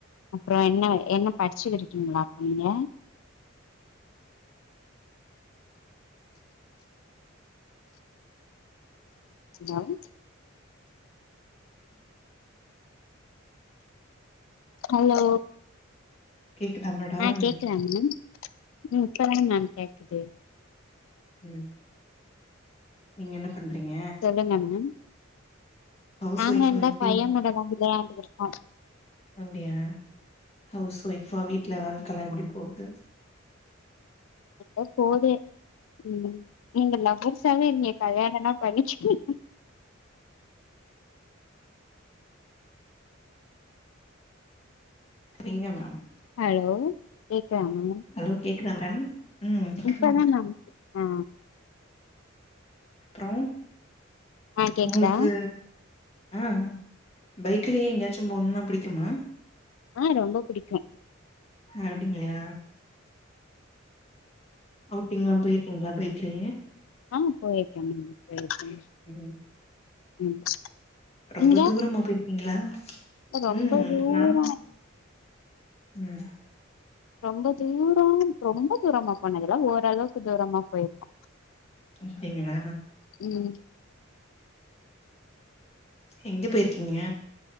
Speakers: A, on the left (about 75°); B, on the left (about 30°).
A: அப்றோ என்ன என்ன படிச்சிகிட்ருக்கிங்ளா அப்போ நீங்க ஹலோ ஹலோ
B: கேக்குதா மேடம்
A: ஆ கேக்குதாங் மேடம் ம் இப்ப தானுங் மேம் கேக்குது
B: ம் நீங்க என்ன பண்றீங்க
A: சொல்லுங்க மேம்
B: ஹவுஸ்
A: நாங்க
B: ஒய்ஃபா
A: இந்தா
B: எப்டி
A: பைய்யங்கூட தா விளையாண்டுகிட்ருக்கோ
B: அப்டியா ஹவுஸ் ஒய்ஃபா வீட்ல வேலக் கல்யாணம் முடிய போகுது
A: எதோ போது ம் நீங்க லவ்வர்ஸாவே இருங்க கல்யாணன்னா பண்ணிக்காதீங்க
B: எங்க மேம்
A: ஹலோ கேக்குதா மேம்
B: ஹலோ கேக்குதா மேம் ம் கேக்குது
A: இப்பதா மேம் ஆ
B: அப்றோ
A: ஆ கேக்குதா
B: உங்களுக்கு அ பைக்லியே எங்கியாச்சும் போணுனா புடிக்குமா
A: ஆ ரொம்ப புடிக்கு
B: அப்டிங்ளா அவுட்டிங்ல்லா போயிருக்கீங்ளா பைக்லியே
A: அ போயிருக்கே மேம் போயிருக்கே
B: ம்
A: ம்
B: ரொம்ப
A: நீங்க
B: தூரமா போயிருக்கிங்ளா
A: ரொம்ப
B: ம்
A: தூரோ
B: நானு ம்
A: ரொம்ப தூரோ ரொம்ப தூரமா போனதில்ல ஓரளவுக்கு தூரமா போயிருக்கோ
B: அப்டிங்ளா
A: ம்
B: எங்க போயிருக்கீங்க